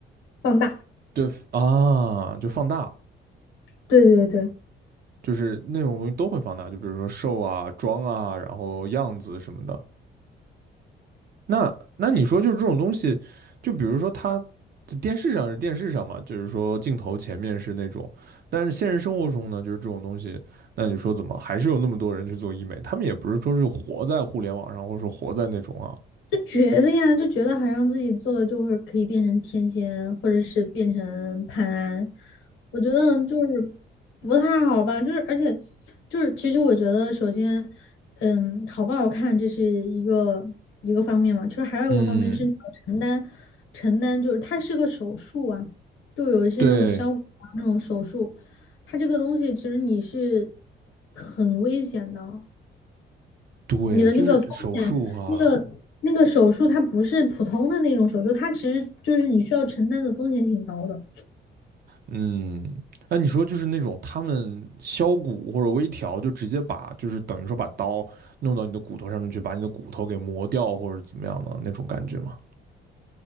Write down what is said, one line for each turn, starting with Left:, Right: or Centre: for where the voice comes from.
Left: 放大。
Right: 对啊，就放大，
Left: 对对对，
Right: 就是那种东西都会放大，就比如说瘦啊、妆啊，然后样子什么的。那那你说，就是这种东西，就比如说它在电视上是电视上嘛，就是说镜头前面是那种，但是现实生活中呢，就是这种东西，那你说怎么还是有那么多人去做医美？他们也不是说是活在互联网上，或者说活在那种啊，
Left: 就觉得呀，就觉得好像自己做了就会可以变成天仙，或者是变成潘安，我觉得就是不太好吧。就是而且就是，其实我觉得首先，嗯，好不好看这是一个一个方面嘛，就是还有一个方面是你要承担承担，
Right: 嗯，
Left: 就是它是个手术啊，就有一些那种消骨啊那种手术，
Right: 对
Left: 它这个东西其实你是很危险的，
Right: 对，
Left: 你的那个风险，
Right: 就是手术哈、
Left: 那个那个手术它不是普通的那种手术，它其实就是你需要承担的风险挺高的。
Right: 嗯，那你说就是那种他们削骨或者微调，就直接把就是等于说把刀弄到你的骨头上面去，把你的骨头给磨掉或者怎么样的那种感觉吗？